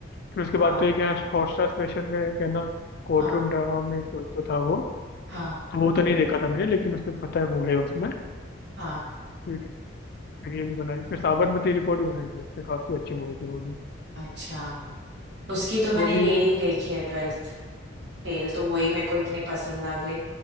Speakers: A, on the left; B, on the right.
A: फिर उसके बाद
B: हाँ
A: तो एक यहाँ हॉटस्टार स्पेशल में एक है ना कोर्ट
B: हाँ
A: रूम ड्रामा में कोई तो था वो
B: हाँ
A: तो वो तो नहीं देखा था मैंने लेकिन उसमें पता है वो है उसमें
B: हाँ
A: फिर फिर ये भी बनाई फिर साबरमती रिपोर्ट भी बनाई थी उसने काफी अच्छी मूवी थी वो भी
B: अच्छा उसकी तो मैंने
A: वो भी
B: यही देखी है ट्वेल्थ फेल तो वही मेरे को इतनी पसंद आ गई